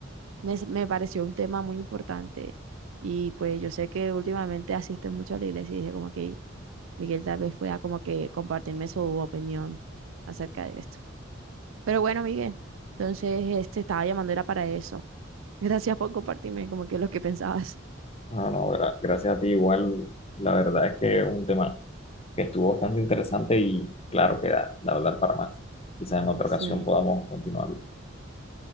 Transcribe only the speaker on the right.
me, me pareció un tema muy importante. Y pues yo sé que últimamente asiste mucho a la iglesia y dije como que Miguel tal vez pueda como que compartirme su opinión acerca de esto. Pero bueno, Miguel, entonces este estaba llamando era para eso. <laughs> Gracias por compartirme como que lo que pensabas.
Sí,